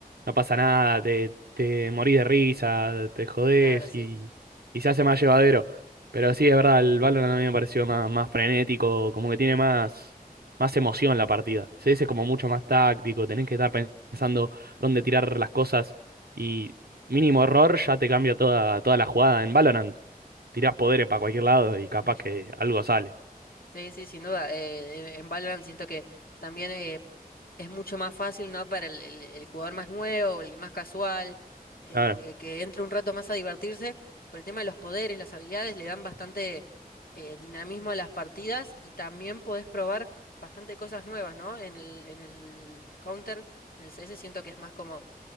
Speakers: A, on the right; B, on the left.
A: no pasa nada, te, te morís de risa, te jodés
B: Claro, sí,
A: y, y se hace más llevadero. Pero sí, es verdad, el Valorant a mí me pareció más, más frenético, como que tiene más, más emoción la partida. El CS es como mucho más táctico, tenés que estar pensando dónde tirar las cosas. Y mínimo error ya te cambia toda, toda la jugada. En Valorant tirás poderes para cualquier lado y capaz
B: sí.
A: que algo sale.
B: Sí, sí, sin duda. Eh, en Valorant siento que también eh, es mucho más fácil, ¿no? Para el, el- el jugador más nuevo, el más casual, eh,
A: Claro.
B: que, que entre un rato más a divertirse. Por el tema de los poderes, las habilidades, le dan bastante eh, dinamismo a las partidas y también podés probar bastante cosas nuevas, ¿no? En el, en el Counter, en el CS, siento que es más como